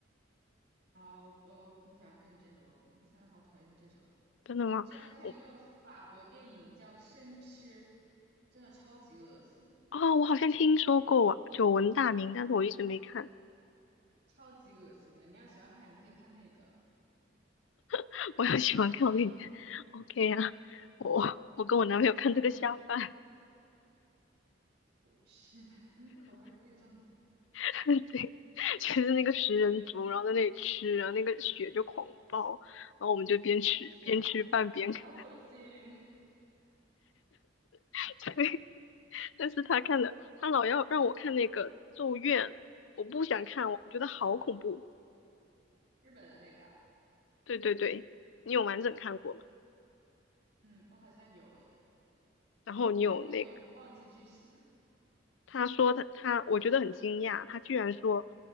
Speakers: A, on the right; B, on the left.
A: 啊，我不我不想看这种，我现在好讨厌这种。
B: 真的吗？
A: 我之前看一个法国电影叫《生吃》，
B: 我
A: 真的超级恶心的，
B: 哦，我好像听说过啊，久闻大名，但是我一直没看。
A: 超级恶心的。你要喜欢看，你可以看那个。
B: <laughs> 我要喜欢看，我给你看。<laughs> OK 啊，我我跟我男朋友看这个下饭。
A: 我去，因为口味儿太重了。
B: <laughs> 对，就是那个食人族，然后在那里吃，然后那个血就狂爆，然后我们就边吃边吃饭边看。
A: 我天啊，好恶心！
B: <laughs> 对，但是他看的，他老要让我看那个《咒怨》，我不想看，我觉得好恐怖。
A: <laughs> 日本的那个啊，
B: 对对对，你有完整看过吗？
A: 嗯，我好像有诶，
B: 然后你有那
A: 但我有点忘记剧情了。
B: 他说他他，我觉得很惊讶，他居然说